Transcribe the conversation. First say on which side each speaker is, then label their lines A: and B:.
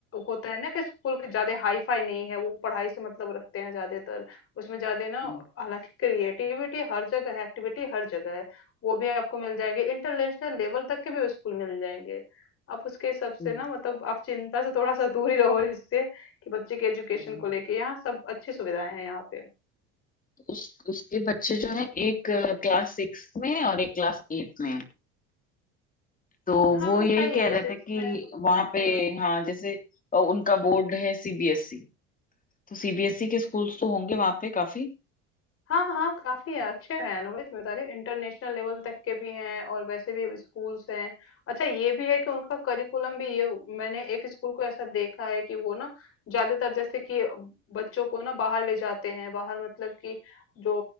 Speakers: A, on the left (about 50°); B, on the left (about 25°).
A: होता है ना कि स्कूल के ज्यादा हाई फाई नहीं है वो पढ़ाई से मतलब रखते हैं ज्यादातर उसमें ज्यादा ना
B: हम्म
A: हालांकि क्रिएटिविटी हर जगह है एक्टिविटी हर जगह है वो भी आपको मिल जाएंगे इंटरनेशनल लेवल तक के भी स्कूल मिल जाएंगे आप उसके हिसाब
B: हम्म,
A: से ना मतलब आप चिंता से थोड़ा सा दूर ही रहो इससे कि बच्चे के एजुकेशन
B: हम्म।
A: को लेके यहाँ सब अच्छी सुविधाएं हैं यहाँ पे
B: उस उसके बच्चे जो हैं एक क्लास सिक्स में है और एक क्लास एट में है। तो
A: हाँ
B: वो
A: तो
B: यही
A: सही
B: कह
A: है
B: रहे
A: सिक्स
B: थे कि
A: में तो
B: वहां पे
A: हम्म।
B: हाँ जैसे अ, उनका बोर्ड है सीबीएसई तो सीबीएसई के स्कूल्स तो होंगे वहां पे काफी
A: हाँ हाँ काफी है, अच्छे हैं अनुभवित बता रही इंटरनेशनल लेवल तक के भी हैं और वैसे भी स्कूल्स हैं अच्छा ये भी है कि उनका करिकुलम भी ये मैंने एक स्कूल को ऐसा देखा है कि वो ना ज्यादातर जैसे कि बच्चों को ना बाहर ले जाते हैं बाहर मतलब कि जो